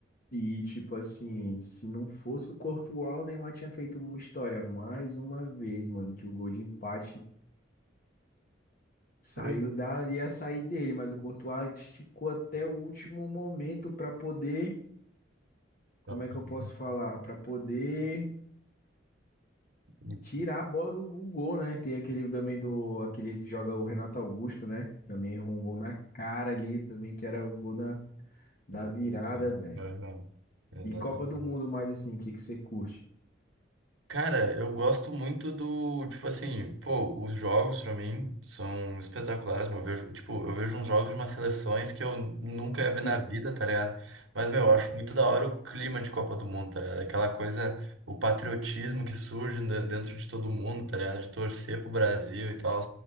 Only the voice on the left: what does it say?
E, tipo assim, se não fosse o Courtois, o Neymar tinha feito uma história mais uma vez, mano, que o gol de empate saiu
da, ia sair dele, mas o Courtois esticou até o último momento pra poder, como
é que eu posso
falar? Pra poder
tirar a bola do gol, né? Tem aquele também do, aquele que joga o Renato Augusto, né? Também errou um gol na cara ali, também que era o gol da, da
virada,
velho.
E Copa do Mundo mais assim, o que que você curte?
Sim.